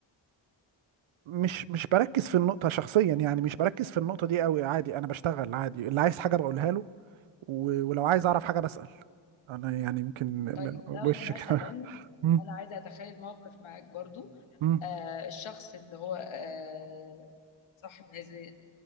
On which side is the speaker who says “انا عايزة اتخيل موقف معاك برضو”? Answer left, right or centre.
Left